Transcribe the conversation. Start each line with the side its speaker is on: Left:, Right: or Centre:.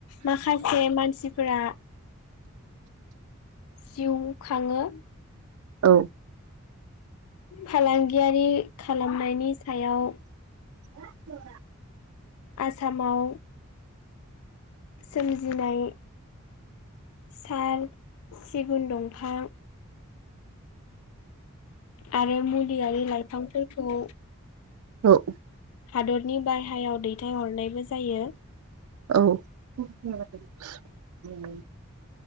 Left: माखासे मानसिफोरा जिउखाङो।
Right: औ।
Left: फालांगियारि खालामनायनि सायाव
Right: <inaudible>
Left: आसामाव सोमजिनाय साल सिगुन दंफां आरो <unintelligible> <unintelligible> लाइफांफोरखौ
Right: औ
Left: हादरनि बायहायाव दैथाय फानहरनायबो जायो।
Right: औ। <inaudible> उम